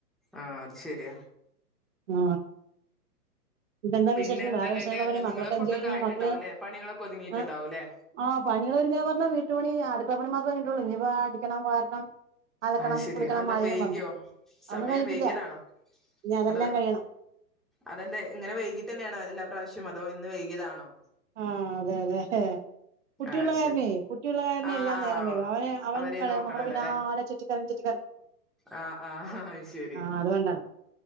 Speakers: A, in the centre; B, on the right.
A: ആഹ് അത് ശെരിയാ
B: ആ ഇപ്പെന്താ
A: പിന്നെ
B: വിശേഷം
A: എന്താന്നിട്ട്
B: വേറെ വിഷയങ്ങള് പറയ് മക്കളൊ
A: നിങ്ങളെ ഫുഡൊക്കെ
B: എന്ത് ചെയ്യുന്നു
A: ആയിട്ടുണ്ടാവുംല്ലേ
B: മക്കള്
A: പണികളൊക്കെ ഒതുങ്ങിയിട്ടുണ്ടാവുംല്ലേ
B: ആ ആ പണികള് ഒര്ങ്ങാ പറഞ്ഞാ വീട്ടുപണി ചെ അടുക്കളപ്പണി മാത്രവേ കഴിഞ്ഞിട്ടൊള്ളൂ ഇനിപ്പം അടിക്കണം വാരണം അലക്കണം
A: അത് ശരി
B: കുളിക്കണം
A: അതെന്താ
B: മഴയും
A: വൈകിയോ
B: വന്നു അതൊന്നും
A: സമയം
B: കഴിഞ്ഞിട്ടില്ല
A: വൈകിയതാണോ
B: ഇനി അതെല്ലാം
A: അതോ
B: കഴിയണം
A: അതെന്താ ഇങ്ങനെ വൈകീട്ട് തന്നെയാണോ എല്ലാ പ്രാശ്യം അതോ ഇന്ന് വൈകിയതാണോ
B: ആഹ് അതെ അതെ കുട്ടിയുള്ള
A: അത്
B: കാരണെ
A: ശരി
B: കുട്ടിയുള്ള കാരണം
A: ആഹ്
B: എല്ലാം നേരം
A: ആഹ്
B: വൈകും അവനെ അവനും
A: അവരെയും
B: കളി
A: നോക്കണല്ലോ
B: തൊടങ്ങും ഇവ്ടെ പിന്നെ
A: അല്ലെ
B: ആകെ ചുറ്റി തെരഞ് ചുറ്റി
A: ആഹ് ആഹ് അത് ശെരി
B: ആഹ് അതുകൊണ്ടാണ്